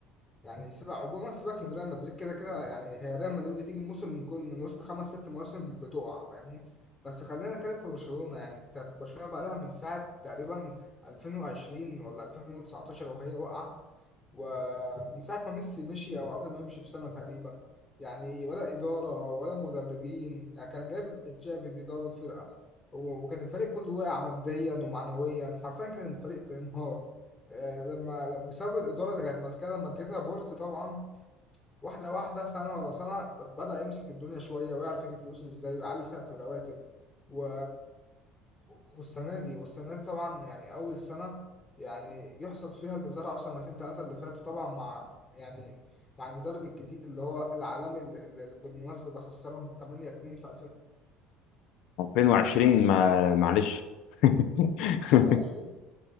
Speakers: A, on the left; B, on the left.
A: يعني سيبك عموما سيبك من ريال مدريد كده كده يعني هي ريال مدريد بتيجي موسم من كل من وسط خمس ست مواسم بتقع فاهمني بس خلينا نتكلم في برشلونة يعني انت في برشلونة بقى لها من ساعة تقريبا 2020 ولا 2019 وهي واقعة ومن ساعة ما ميسي مشي أو قبل ما يمشي بسنة تقريبا يعني ولا إدارة ولا مدربين يعني كان جايب تشافي بيدرب الفرقة و- وكان الفريق كله واقع ماديا ومعنويا حرفيا كان الفريق بينهار آه، لما بسبب الإدارة اللي كانت ماسكاها لما جه بورت طبعا واحدة واحدة سنة ورا سنة ب- بدأ يمسك الدنيا شوية ويعرف يجيب فلوس ازاي ويعلي سقف الرواتب و... والسنة دي والسنة دي طبعا يعني أول سنة يعني يحصد فيها اللي زرعه سنتين تلاتة اللي فاتوا طبعا مع يعني مع المدرب الجديد اللي هو العالمي اللي اللي بالمناسبة ده خسرهم 8-2 في
B: 2020 ما معلش <laughs>
A: 2021